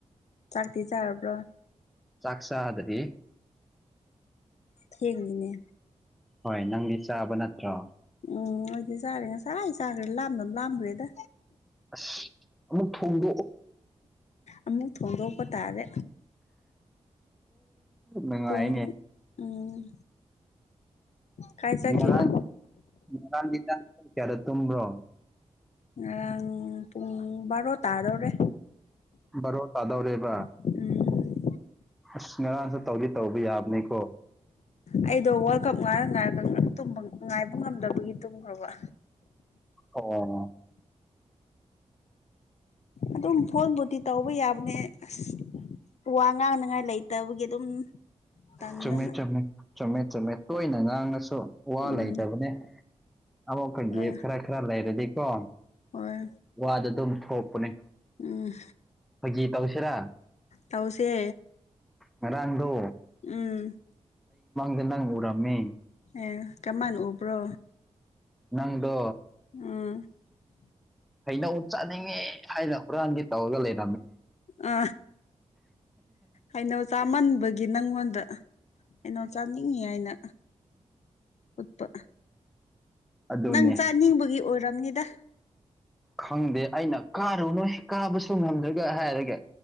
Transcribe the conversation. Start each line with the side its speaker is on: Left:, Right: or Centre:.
Left: ꯆꯥꯛꯇ ꯆꯔꯕꯔꯕ꯭ꯔꯣ
Centre: ꯁꯥꯁꯥ ꯑꯗꯨꯗꯤ
Left: ꯊ ꯂꯩꯅꯦ
Centre: ꯍꯣꯏ ꯅꯪꯗꯤ ꯆꯥꯕ ꯅꯠꯇ꯭ꯔꯣ
Left: ꯎꯝ ꯑꯣꯏꯗꯤ ꯆꯥꯔꯦ ꯉꯁꯥꯏ ꯆꯥꯈ꯭ꯔꯦ ꯂꯥꯝꯅꯕ ꯂꯥꯝꯈ꯭ꯔꯦꯗ
Centre: ꯑꯁ ꯑꯃꯨꯛ ꯊꯣꯡꯗꯣꯛꯑꯣ
Left: ꯑꯃꯨꯛ ꯊꯣꯡꯗꯣꯛꯄ ꯇꯥꯔꯦ
Centre: ꯅꯉꯏꯅꯦ
Left: ꯄꯨꯡ ꯎꯝ ꯀꯥꯏ ꯆꯠꯈꯤꯕ
Centre: ꯃꯔꯔꯥꯡ ꯃꯔꯔꯥꯡ ꯇ ꯆꯔ ꯇꯨꯝ꯭ꯔꯣ
Left: ꯑꯔꯨꯡ ꯔꯣ ꯇꯔꯔꯦ
Centre: ꯔꯣ ꯇꯥꯗꯧꯔꯦꯕ
Left: ꯎꯝ
Centre: ꯑꯁ ꯉꯔꯥꯡꯁꯨ ꯇꯧꯗꯤ ꯇꯧꯕ ꯌꯥꯕꯅꯤꯀꯣ
Left: ꯑꯩꯗꯣ ꯋꯥꯔꯜ ꯀꯞ ꯉꯥꯏꯔ ꯉꯥꯏꯔꯒ ꯉꯥꯏꯕ ꯉꯝꯗꯕꯒꯤ ꯇꯨꯝꯈ꯭ꯔꯕ
Centre: ꯑꯣ
Left: ꯑꯗꯨꯝ ꯐꯣꯟꯕꯨꯗꯤꯤ ꯇꯧꯕ ꯌꯥꯕꯅꯦ ꯑꯁ ꯋꯥ ꯉꯥꯡꯅꯤꯉꯥꯏ ꯂꯩꯇꯕꯒꯤ ꯑꯗꯨꯝ ꯇꯟꯗꯅ
Centre: ꯆꯨꯝꯃꯦ ꯆꯨꯝꯃꯦ ꯆꯨꯝꯃꯦ ꯆꯨꯝꯃꯦ ꯇꯣꯏꯅ ꯉꯥꯡꯉꯁꯨ ꯋꯥ
Left: ꯎꯝ
Centre: ꯂꯩꯇꯕꯅꯦ ꯑꯃꯨꯛꯀ
Left: ꯍꯣꯏ
Centre: ꯒꯦꯞ ꯈꯔ ꯈꯔ ꯂꯩꯔꯗꯤꯀꯣ
Left: ꯍꯣꯏ
Centre: ꯋꯥꯗ ꯑꯗꯨꯝ ꯊꯣꯛꯄꯅꯦ
Left: ꯑꯣ
Centre: ꯐꯥꯒꯤ ꯇꯧꯁꯤꯔꯥ
Left: ꯇꯧꯁꯦ
Centre: ꯉꯔꯥꯡꯗꯣ
Left: ꯎꯝ
Centre: ꯉꯔꯃꯦ
Left: ꯑꯦ ꯀꯃꯅ ꯎꯕ꯭ꯔꯣ
Centre: ꯅꯪꯗꯣ
Left: ꯑ
Centre: ꯀꯩꯅꯧ ꯆꯥꯅꯤꯡꯉꯦ ꯍꯥꯏꯅ ꯍꯨꯔꯥꯟꯗꯤ ꯇꯧꯔꯒ ꯂꯩ
Left: ꯑ ꯑꯩꯅꯣ ꯆꯥꯃꯟꯕ ꯒꯤ ꯅꯪꯉꯣꯟꯗ ꯀꯩꯅꯣ ꯆꯥꯅꯤꯡꯉꯤ ꯍꯥꯏꯅ ꯎꯠꯄ
Centre: ꯑꯗꯨꯅꯦ
Left: ꯅꯪ ꯆꯥꯅꯤꯡꯕꯒꯤ ꯑꯣꯏꯔꯕꯅꯤꯗ
Centre: ꯈꯪꯗꯦ ꯑꯩꯅ ꯀꯥꯔꯨꯅꯨ ꯀꯥꯕꯁꯨ ꯉꯝꯗ꯭ꯔꯒ ꯍꯥꯏꯔꯒꯦ